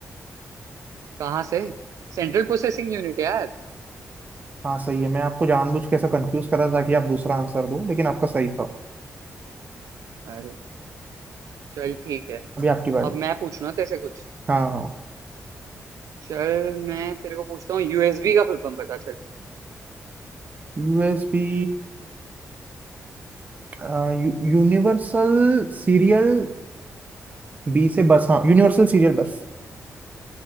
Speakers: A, on the right; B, on the right.
A: कहाँ से सेंट्रल प्रोसेसिंग यूनिट यार
B: हाँ सही है मैं आपको जानबूझ के ऐसा कंफ्यूज करा ताकि आप दूसरा आंसर दो लेकिन आपका सही था
A: अरे चल ठीक है
B: अभी आपकी बारी
A: अब मैं पूछूंगा तेरे से कुछ
B: हाँ हाँ
A: चल मैं तेरे को पूछता हूँ यूएसबी का फुल फॉर्म बता चल
B: यूएसबी यूनिवर्सल सीरियल बी से बस हाँ यूनिवर्सल सीरियल बस